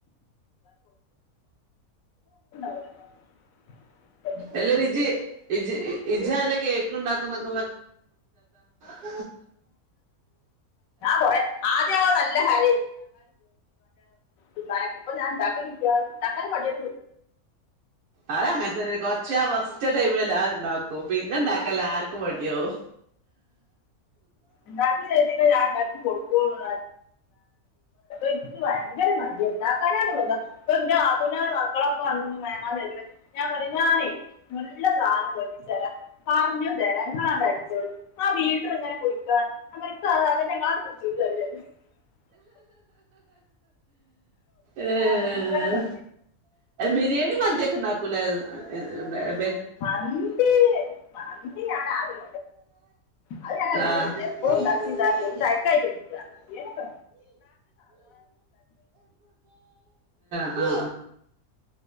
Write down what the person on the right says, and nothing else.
അല്ലേ ഡി ഇജ് ഇജ് നല്ല കേക്ണ്ടാക്ക <unintelligible>
ആ അങ്ങനത്തെ കുറച്ച അവസ് ച്ച ടൈമിൽ എല്ലാരുണ്ടാക്കും പിന്നെണ്ടാക്കല്ല
ആർക്കും മടിയോം
ഏഹ്
ബിരിയാണി മതിയൊക്കെണ്ടാക്കൂല ണ്ടേ
ആഹ്
ആഹ്
ആ ആ